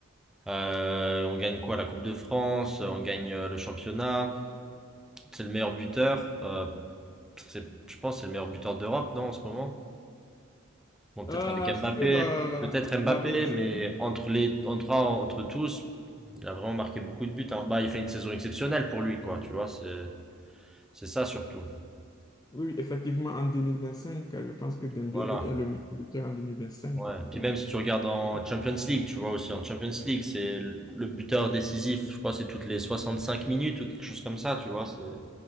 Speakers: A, in the centre; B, on the left (about 20°).
A: Euh, on gagne quoi, la Coupe de France, euh, on gagne euh, le championnat. C'est le meilleur buteur. euh, c'est, je pense, que c'est le meilleur buteur d'Europe, non, en ce moment. Bon, peut-être
B: Euh,
A: avec Mbappé,
B: sur euh,
A: peut-être Mbappé,
B: la décision,
A: mais entre les, entre entre tous. Il a vraiment marqué beaucoup de buts. hein. Bah, il fait une saison exceptionnelle pour lui, quoi. Tu vois, c'est c'est ça surtout.
B: oui, effectivement, en 2025, euh, je pense que Dembélé
A: Voilà.
B: est le meilleur buteur en 2025.
A: Ouais.
B: Donc,
A: Puis
B: euh,
A: même si tu regardes en Champions League, tu vois aussi en Champions League, c'est le buteur décisif. Je crois c'est toutes les 65 minutes ou quelque chose comme ça. Tu vois, c'est